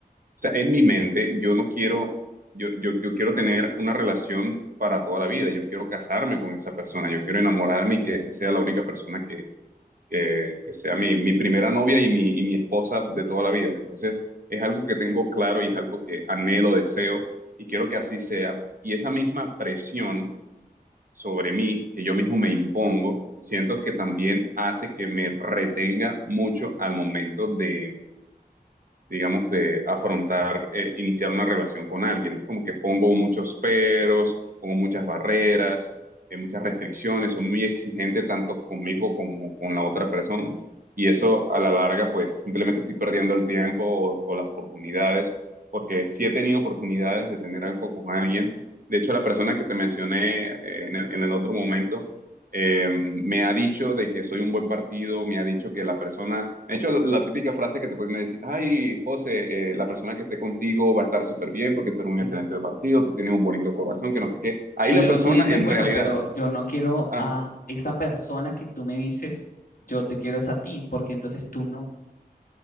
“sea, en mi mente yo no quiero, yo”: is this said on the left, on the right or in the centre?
Right